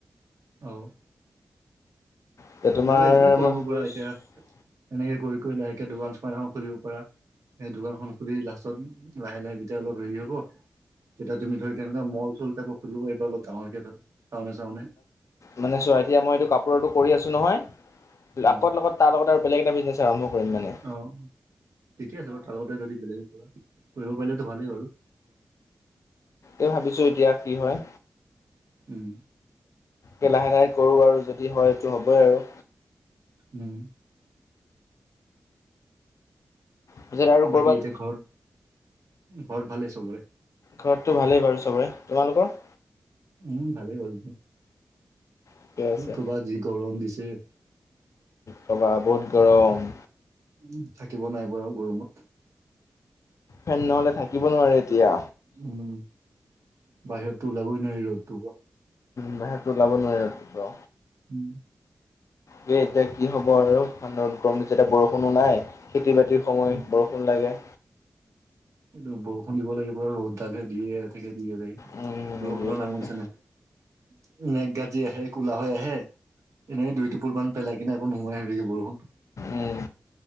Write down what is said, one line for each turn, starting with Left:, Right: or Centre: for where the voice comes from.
Right: অ'।
Left: এতিয়া তোমাৰ
Right: নাইবা এইটোকো কৰিব
Left: মই ভাবিছোঁ
Right: পৰা এতিয়া এনেকে কৰি কৰি লাহেকে দোকান, চোকান এখন খুলিব প সেই দোকান খখন খুলি তাছত লাহে, লাহে যেতিয়া অলপ হেৰি হ'ব তেতিয়া তুমি ধৰি তেনেকুৱা মল, চল যাব। এইব অল ডাঙৰ চানে, চানে
Left: মানে চোৱা এতিয়া মই এইটো কাপোৰটো কৰি আছো নহয়।
Right: উম
Left: আগৌ লগত তাৰ লগত আৰু বেলেগ এটা বিজনেছ আৰম্ভ কৰিম মানে
Right: অ ঠিকে আছে বাৰু লগতে যদি বেলেগ কৰিব পাৰিলেতো ভালেই বাৰু
Left: এ ভাবিছো এতিয়া কি হয়
Right: উম,
Left: তে লাহে লাহে কৰো আৰু যদি হয় এইটো হ'বই আৰু
Right: উম,
Left: পিছত আৰু
Right: বাকী
Left: ক'ৰবাত
Right: এতিয়া ঘৰত, ঘৰত ভালেই চবৰে
Left: ঘৰততো ভালেই বাৰু চবৰে, তোমালোকৰ?
Right: উম, ভালেই গ'ল
Left: ঠিকে আছে
Right: কবাত যি গৰম দিছে
Left: কবা বহুত গৰম
Right: উ থাকিব নাই বাৰু গৰমত
Left: ফেন নহলে থাকিব নোৱাৰে এতিয়া
Right: উম, বাহিৰতো ওলাবই নোৱাৰি ৰ'দটো
Left: বাহিৰটো ওলাব নোৱি আৰু
Right: উম
Left: তে এ এতিয়া কি হ'ব আৰু ম গৰম দি এতিয়া বৰষুণো নাই খেতি বাতি সময়
Right: উম
Left: বৰষুণ লাগে
Right: এই বৰষুণিব লাগিব ৰ'দডালহে দিয়ে থাকে দিয়ে থাকে
Left: উম
Right: বৰষুণৰ
Left: দিয়ে থাকে
Right: নাম ওলছে নে মেঘগাজী আহে কোলাাহ হৈ আহে এনেই দুই টোপুল ম পেলাই কিনেকো নোহোৱাই হৈ থে বৰষুটো
Left: উম,